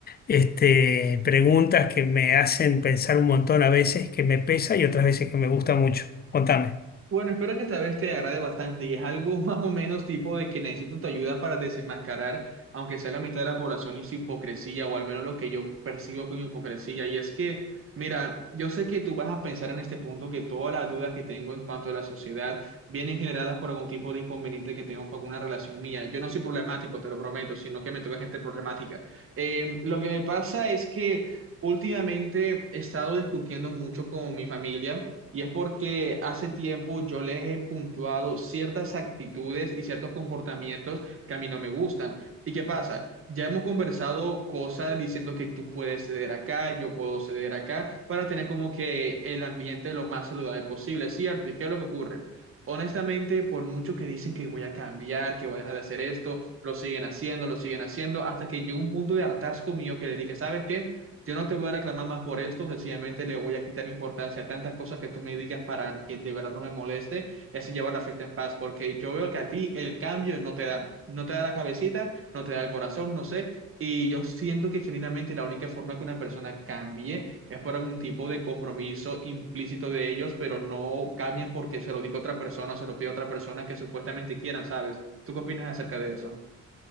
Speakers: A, on the left; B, on the right.
A: este, preguntas que me hacen pensar un montón a veces que me pesa y otras veces que me gusta mucho. Contame.
B: Bueno, espero que esta vez te agrade bastante y es algo <laughs> más o menos tipo de que necesito tu ayuda para desenmascarar, aunque sea la mitad de la población y su hipocresía, o al menos lo que yo percibo con hipocresía. Y es que, mira, yo sé que tú vas a pensar en este punto que todas las dudas que tengo en cuanto a la sociedad vienen generadas por algún tipo de inconveniente que tengo con alguna relación mía. Yo no soy problemático, te lo prometo, sino que me toca gente problemática. Eh, lo que me pasa es que últimamente he estado discutiendo mucho con mi familia. Y es porque hace tiempo yo les he puntuado ciertas actitudes y ciertos comportamientos que a mí no me gustan. ¿Y qué pasa? Ya hemos conversado cosas diciendo que tú puedes ceder acá, yo puedo ceder acá, para tener como que el ambiente lo más saludable posible, ¿cierto? ¿Y qué es lo que ocurre? Honestamente, por mucho que dicen que voy a cambiar, que voy a dejar de hacer esto, lo siguen haciendo, lo siguen haciendo, hasta que llega un punto de hartazgo mío que le dije, ¿sabes qué? Yo no te voy a reclamar más por esto, sencillamente le voy a quitar importancia a tantas cosas que tú me digas para que de verdad no me moleste y así llevar la fiesta en paz, porque yo veo que a ti el cambio no te da, no te da la cabecita, no te da el corazón, no sé, y yo siento que genuinamente la única forma que una persona cambie es por algún tipo de compromiso implícito de ellos, pero no cambian porque se lo diga otra persona o se lo pide a otra persona que supuestamente quieran, ¿sabes? ¿Tú qué opinas acerca de eso?